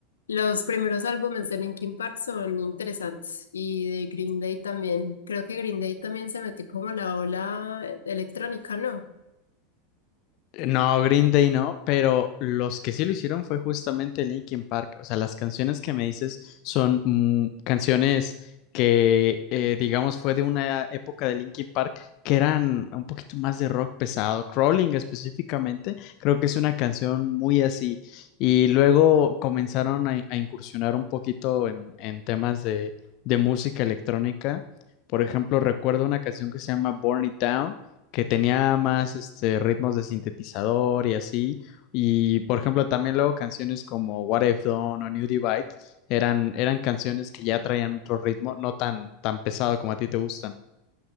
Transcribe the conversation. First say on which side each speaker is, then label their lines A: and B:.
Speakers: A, on the left; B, on the left.
A: los primeros álbumes de Linkin Park son interesantes y de Green Day también, creo que Green Day también se metió como a la ola electrónica, ¿no?
B: No, Green Day no, pero los que sí lo hicieron fue justamente Linkin Park. O sea, las canciones que me dices son mm, canciones que, eh, digamos, fue de una época de Linkin Park que eran un poquito más de rock pesado. Crawling específicamente, creo que es una canción muy así. Y luego comenzaron a, a incursionar un poquito en, en temas de, de música electrónica. Por ejemplo, recuerdo una canción que se llama Burn It Down que tenía más este, ritmos de sintetizador y así. Y por ejemplo, también luego canciones como What I've Done o New Divide eran, eran canciones que ya traían otro ritmo, no tan, tan pesado como a ti te gustan.